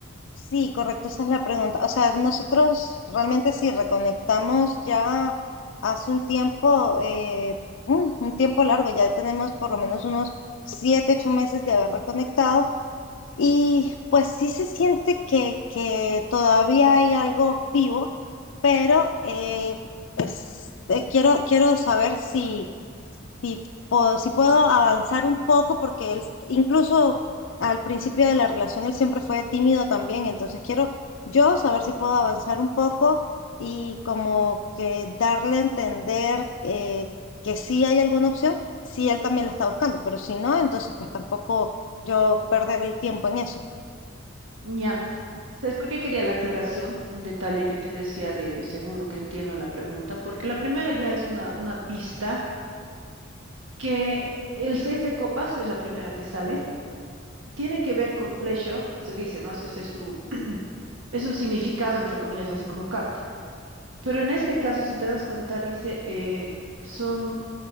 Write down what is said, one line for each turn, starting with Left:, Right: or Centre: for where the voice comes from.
Left: Sí, correcto, esa es la pregunta. O sea, nosotros realmente sí reconectamos ya hace un tiempo, eh, un, un tiempo largo, ya tenemos por lo menos unos siete, ocho meses de haber reconectado y pues sí se siente que, que todavía hay algo vivo, pero eh, es- eh, quiero, quiero saber si si tipo, si puedo avanzar un poco, porque él, s- incluso al principio de la relación él siempre fue tímido también, entonces quiero yo saber si puedo avanzar un poco y como que darle a entender eh, que sí hay alguna opción, si él también la está buscando, pero si no, entonces pues tampoco yo perder el tiempo en eso.
Right: Ya, ¿sabes por qué quería la aclaración? Un detalle que te decía de, según lo que entiendo la pregunta, porque la primera ya es una, una pista que el seis de copas es la primera que sale, tiene que ver con pleasure, o se dice, ¿no? Ese ese es su, es el significado, entre comillas, así como carta. Pero en este caso, si te das cuenta, dice, eh, son